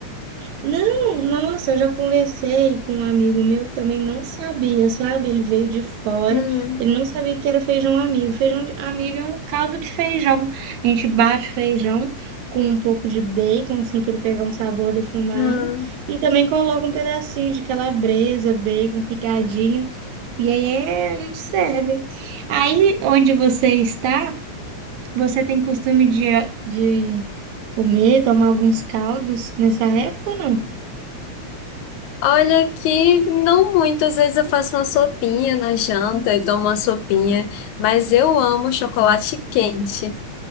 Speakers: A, on the right; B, on the left.
A: Não, nossa, eu já conversei com um amigo meu que também não sabia, sabe? Ele veio de fora,
B: Hum,
A: ele não sabia que era feijão amigo. Feijão de- amigo é um caldo de feijão. A gente bate feijão com um pouco de bacon, assim, para ele pegar um sabor defumado,
B: não.
A: e também coloca um pedacinho de calabresa, bacon picadinho, e aí é, a gente serve. Aí, onde você está, você tem costume de, de comer, tomar alguns caldos nessa época ou não?
B: Olha que não muito. Às vezes eu faço uma sopinha na janta e tomo uma sopinha. Mas eu amo chocolate quente.